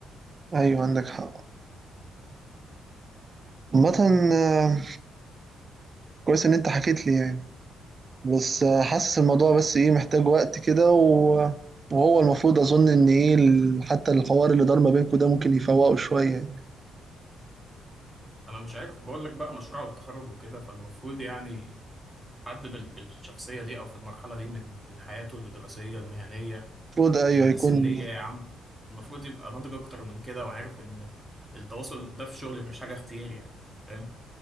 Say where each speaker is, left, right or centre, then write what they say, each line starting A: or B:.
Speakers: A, on the right (about 35°); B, in the centre.
A: ايوه عندك حق عامة آه، كويس ان انت حكيت لي يعني. بس آه، حاسس الموضوع بس ايه محتاج وقت كده و- وهو المفروض اظن ان ايه ال- حتى الحوار اللي دار ما بينكم ده ممكن يفوقه شوية يعني
B: انا مش عارف بقول لك بقى مشروع التخرج وكده فالمفروض يعني حد بال- بالشخصية دي أو في المرحلة دي من من حياته الدراسية المهنية
A: المفروض ايوه
B: السنية
A: يكون
B: يا عم المفروض يبقى ناضج أكتر من كده وعارف إن التواصل ده في الشغل مش حاجة اختياري يعني فاهم